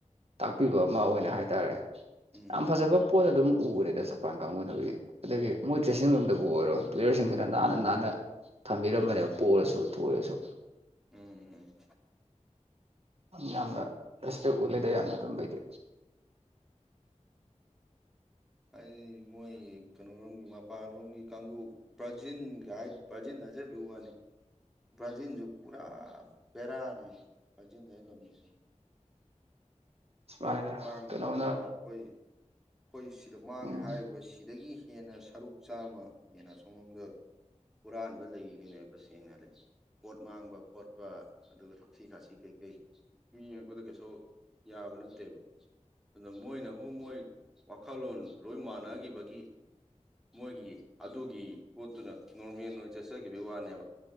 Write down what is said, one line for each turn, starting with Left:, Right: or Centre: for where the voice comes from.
Right: ꯇꯥꯛꯄꯤꯕ ꯑꯃ ꯑꯣꯏꯅ ꯍꯥꯏꯇꯥꯔꯦ
Centre: ꯎꯝ
Right: ꯌꯥꯝ ꯐꯖꯕ ꯄꯣꯠ ꯑꯗꯨꯝ ꯎꯒꯔꯦꯗ ꯁꯥꯔ ꯃꯄꯥꯟ ꯀꯥꯡꯕꯨꯅ ꯎꯏ ꯑꯗꯨꯒꯤ ꯃꫭꯏ ꯗ꯭ꯔꯦꯁꯤꯡ ꯔꯨꯝꯗꯨꯕꯨ ꯑꯣꯏꯔꯣ ꯄ꯭ꯂꯦꯌꯔꯁꯤꯡꯗꯨꯅ ꯅꯥꯟꯅ ꯅꯥꯟꯅ ꯊꯝꯕꯤꯔꯝꯕꯅꯦꯕ ꯄꫭꯔꯁꯨ ꯊꯣꯏꯔꯁꯨ
Centre: ꯎꯝ
Right: ꯌꯥꯝꯅ ꯔꯦꯁꯄꯦꯛ ꯎꯠꯂꯤꯗ ꯌꯥꯝꯅ ꯑꯗꯨꯝꯕꯩꯗꯤ
Centre: ꯑꯩ ꯃꯣꯏ ꯀꯩꯅꫭꯔꯣꯝꯒꯤ ꯃꯄꯥꯜꯂꯣꯝꯒꯤ ꯀꯥꯡꯒꯨ ꯄ꯭ꯔ ꯖꯤꯟ ꯒꯥꯏ ꯕ꯭ꯔꯖꯤꯟ ꯍꯥꯏꯖꯕꯩ ꯋꯥꯅꯤ ꯕ꯭ꯔꯥꯖꯤꯟꯁꯨ ꯄꯨꯔꯥ ꯕꯦꯔꯥꯅꯦ ꯕ꯭ꯔꯥꯖꯤꯟ ꯍꯥꯏ ꯂꯝꯁꯤꯁꯨ ꯄꯣꯠ
Right: ꯃꯥꯅꯤꯗ
Centre: ꯃꯥꯡꯕ
Right: ꯀꯩꯅꯣꯅ
Centre: ꯈꯣꯠꯄ ꯑꯈꯣꯏ ꯑꯩꯈꯣꯏ ꯁꯤꯗ ꯃꯥꯡꯉꯦ
Right: ꯎꯝ
Centre: ꯍꯥꯏꯔꯤꯕ ꯁꯤꯗꯒꯤ ꯍꯦꯟꯅ ꯁꯔꯨꯛ ꯆꯥꯝꯃ ꯍꯦꯟꯅ ꯑꯁꯣꯝꯂꯣꯝꯗ ꯍꯨꯔꯥꯟꯕ ꯂꯩꯔꯤꯅꯦꯕ ꯁꯦꯡꯅ ꯍꯥꯏꯔꯗꯤ ꯄꯣꯠ ꯃꯥꯡꯕ ꯄꯣꯠ ꯆꯠꯄ ꯑꯗꯨꯒ ꯊꯛꯁꯤ ꯈꯥꯁꯤ ꯀꯩꯀꯩ ꯃꯤ ꯌꯦꯡꯉꯛꯄꯗ ꯀꯩꯁꯨ ꯌꯥꯕ ꯅꯠꯇꯦꯕ ꯑꯗꯨ ꯃꯣꯏꯅꯃꯨꯛ ꯃꯣꯏ ꯋꯥꯈꯜꯂꯣꯟ ꯂꯣꯏ ꯃꯥꯟꯅꯈꯤꯕꯒꯤ ꯃꯣꯏꯒꯤ ꯑꯗꯨꯒꯤ ꯄꯣꯠꯇꯨꯅ ꯅꯣꯔꯃꯦꯜ ꯑꯣꯏꯅ ꯆꯠꯆꯈꯤꯕꯒꯤ ꯋꯥꯅꯦꯕ